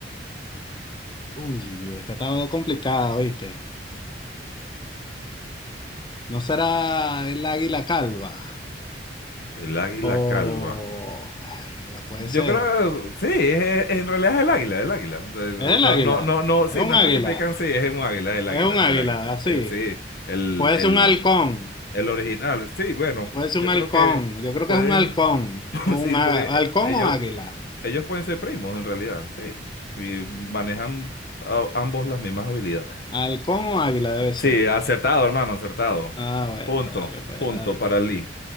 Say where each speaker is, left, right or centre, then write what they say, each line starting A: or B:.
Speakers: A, on the left (about 25°); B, on the left (about 60°).
A: Uy, esta estaba complicada, ¿viste? ¿No será el águila calva?
B: el águila
A: O...
B: calva.
A: verga, Puede
B: Yo
A: ser.
B: creo, sí, es- es- en realidad es el águila, el águila. Eh,
A: ¿Es el
B: No,
A: águila?
B: no, no, no, sí,
A: ¿Es un
B: no
A: águila?
B: especifican, sí, es un águila, el
A: ¿Es
B: águila,
A: un águila?
B: el águila.
A: Así.
B: El- sí, el,
A: Puede
B: el,
A: ser un halcón.
B: El original, sí, bueno,
A: Puede ser
B: yo
A: un halcón.
B: creo que
A: Yo creo
B: pueden,
A: que es un halcón.
B: <laughs>
A: O un
B: sí,
A: á-
B: porque eh,
A: halcón
B: ellos,
A: o águila.
B: ellos pueden ser primos en realidad, sí, y manejan a- ambos las mismas habilidades.
A: Halcón o águila debe ser.
B: Sí, acertado, hermano, acertado.
A: Ah, bueno,
B: Punto,
A: dale pues,
B: punto
A: dale
B: para
A: pues.
B: Lee,